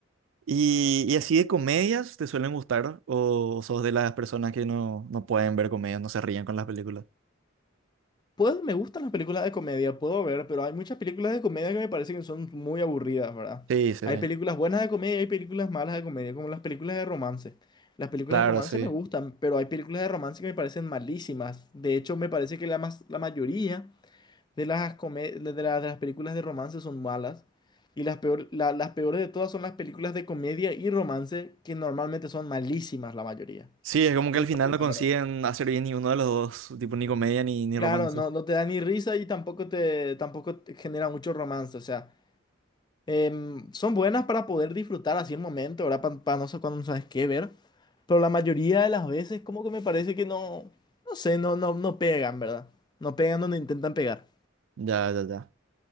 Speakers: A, on the right; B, on the left.
A: ¿Y, y así de comedias te suelen gustar? ¿O sos de las personas que no, no pueden ver comedias, no se ríen con las películas?
B: Pues me gustan las películas de comedia, puedo ver, pero hay muchas películas de comedia que me parecen que son muy aburridas, ¿verdad?
A: Sí, sí,
B: Hay películas buenas de comedia y hay películas malas de comedia, como las películas de romance. Las películas
A: claro,
B: de romance
A: sí.
B: me gustan, pero hay películas de romance que me parecen malísimas. De hecho, me parece que la, mas- la mayoría de las, come- de de la- de las películas de romance son malas. Y las, peor, la- las peores de todas son las películas de comedia y romance, que normalmente son malísimas la mayoría.
A: Sí, es como que
B: En
A: al
B: mi
A: final
B: opinión,
A: no consiguen
B: ¿verdad?
A: hacer bien ni uno de los dos, tipo ni comedia ni, ni
B: Claro,
A: romance.
B: no, no te da ni risa y tampoco te, tampoco te genera mucho romance. O sea, em, son buenas para poder disfrutar así el momento, ¿verdad? Para no sé cuándo no sabes qué ver. Pero la mayoría de las veces como que me parece que no, no sé, no, no, no pegan, ¿verdad? No pegan donde intentan pegar.
A: Ya, ya, ya.